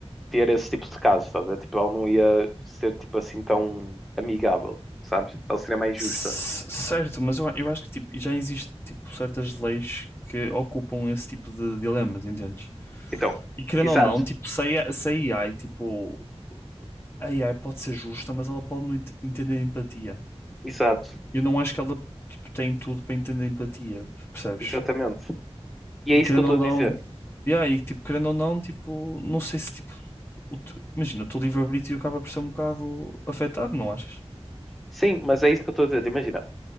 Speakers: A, in the centre; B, on the left.
A: ter esse tipo de casos, estás a ver? Tipo, ela não ia ser, tipo, assim tão amigável, sabes? Ela seria mais
B: C-
A: justa.
B: Certo, mas eu, eu acho que tipo, já existe tipo certas leis que ocupam esse tipo de dilemas, entendes?
A: Então,
B: E querendo
A: exato,
B: ou não, tipo, se a se a AI, tipo, a AI pode ser justa, mas ela pode não ent- entender empatia.
A: exato.
B: Eu não acho que ela tipo, tem tudo para entender empatia, percebes?
A: Exatamente. E é
B: E
A: isso
B: querendo
A: que eu estou
B: ou
A: a
B: não,
A: dizer.
B: yeah, e tipo, querendo ou não, tipo, não sei se tipo, o te- imagina, o teu livre-arbítrio acaba por ser um bocado afetado, não achas?
A: Sim, mas é isso que eu estou a dizer. Imagina,